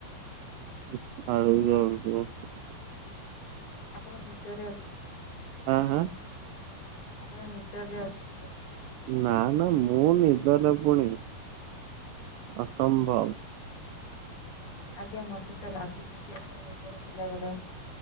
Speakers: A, on the right; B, on the left.
A: <unintelligible>
B: ଆପଣ ନିଦରେ ଅଛନ୍ତି। ବୋଧେ
A: ଆଁ ଆଁ
B: ଆପଣ ନିଦରେ ଅଛନ୍ତି ବୋଧେ।
A: ନା ନା ମୁଁ ନିଦରେ ପୁଣି ଅସମ୍ଭବ।
B: ଆଜ୍ଞା ମତେ ତ ଲାଗୁଛନ୍ତି ଆପଣ ନିଦର ଥିଲାଭଳିଆ।